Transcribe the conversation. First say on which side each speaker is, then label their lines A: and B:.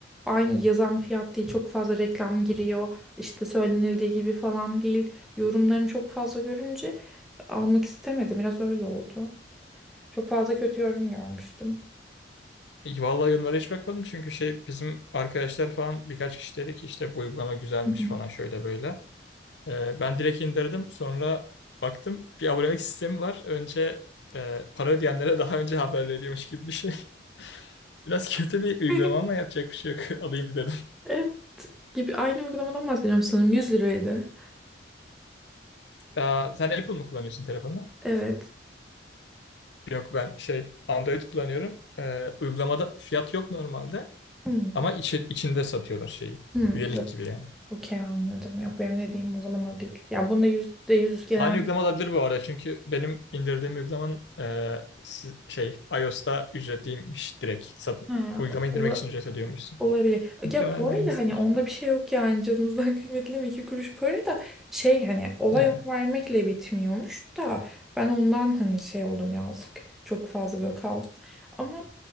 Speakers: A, in the centre; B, on the left.
A: aynı yazan fiyat değil çok fazla reklam giriyor işte söylenildiği gibi falan değil yorumlarını çok fazla görünce almak istemedim biraz öyle oldu. Çok fazla kötü yorum görmüştüm.
B: İyi, Vallahi yorumlara hiç bakmadım çünkü şey bizim arkadaşlar falan birkaç kişi dedi ki işte bu uygulama güzelmiş
A: Hı hı.
B: falan şöyle böyle. Ee, ben direkt indirdim. Sonra baktım bir abonelik sistemi var. Önce e, para ödeyenlere daha önce haber veriyormuş gibi bir şey. <laughs> Biraz kötü bir uygulama
A: <laughs>
B: ama yapacak bir şey yok. <laughs> Alayım dedim.
A: Evet gibi aynı uygulamadan bahsediyorum sanırım 100 liraydı.
B: Aa, sen Apple mı kullanıyorsun telefonu?
A: Evet.
B: Yok ben şey Android kullanıyorum. Ee, uygulamada fiyat yok normalde
A: Hmm.
B: ama içi- içinde satıyorlar şeyi.
A: Hmm.
B: Üyelik gibi yani.
A: Okey anladım. Yok benim dediğim o zaman o değil. Ya bunda yüzde yüz genel
B: Aynı uygulama olabilir bu arada çünkü benim indirdiğim uygulamanın e, si- şey iOS'ta ücretliymiş direkt. Sat,
A: ha,
B: uygulama indirmek
A: ola-
B: için ücret ödüyormuşsun.
A: olabilir.
B: Muhtemelen
A: Ya bu
B: aynısıdır.
A: arada hani onda bir şey yok yani canımızdan <laughs> kıymetli mi iki kuruş para da şey hani olay
B: Yani
A: onu vermekle bitmiyormuş da ben ondan hani şey oldum yazık. Çok fazla böyle kaldım. Ama